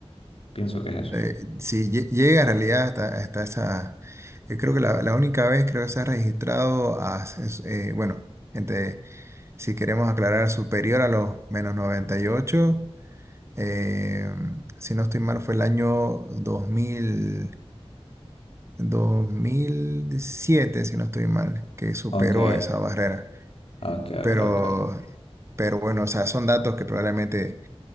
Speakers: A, on the left (about 65°); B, on the right (about 25°).
A: pienso que es eso.
B: Eh, sí, lle- llega en realidad hasta, hasta esa. Yo creo que la, la única vez creo que se ha registrado a, es- eh, bueno, entre, si queremos aclarar, superior a los menos 98. eh, si no estoy mal, fue el año dos dos mil dos mil siete si no estoy mal, que superó
A: Ok,
B: esa barrera.
A: ok,
B: Pero,
A: ok, ok.
B: pero bueno, o sea, son datos que probablemente